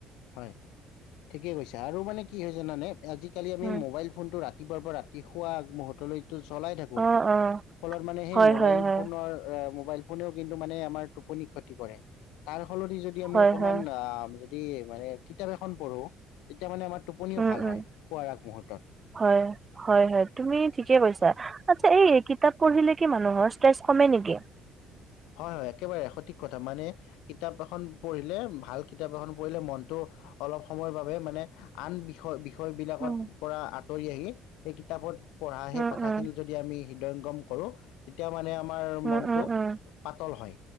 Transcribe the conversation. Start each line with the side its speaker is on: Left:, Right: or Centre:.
Left: হয়, ঠিকেই কৈছা আৰু মানে কি হয় জানানে? আজিকালি আমি
Right: উম
Left: মোবাইল ফোনটো ৰা ৰাতিপুৱাৰ পৰা ৰাতি শুৱা আগমুহূৰ্তলৈকে তো চলাই থাকোঁ।
Right: অ অ
Left: ফলত মানে সেই
Right: হয়
Left: মোবাইল
Right: হয় হয়
Left: ফোনৰ <unintelligible> মোবাইল ফোনেও কিন্তু মানে আমাৰ টোপনি ক্ষতি কৰে! তাৰ সলনি যদি আমি
Right: হয়,
Left: অকমান
Right: হয়,
Left: <unintelligible> যদি মানে, কিতাপ এখন পঢ়ো তেতিয়া মানে, আমাৰ টোপনিও
Right: উম,
Left: ভাল
Right: উম,
Left: হয় শোৱাৰ আগমুহূৰ্তত
Right: হয়, হয়, হয়, তুমি ঠিকে কৈছা। আচ্ছা, এই কিতাপ পঢ়িলে কি মানুহৰ ষ্ট্ৰেচ কমে নেকি?
Left: হয় হয়, একেবাৰে সঠিক কথা। মানে কিতাপ এখন পঢ়িলে, ভাল কিতাপ এখন পঢ়িলে মনটো অলপ সময়ৰ বাবে মানে, আন বিষয় বিষয় বিলাকত
Right: উম,
Left: পৰা আঁতৰি আহি সেই কিতাপত পঢ়া
Right: উম,
Left: সেই কথাখিনি
Right: উম,
Left: যদি আমি হৃদয়ংগম কৰো তেতিয়া মানে আমাৰ
Right: উম,
Left: মন
Right: উম, উম,
Left: <unintelligible> পাতল হয়।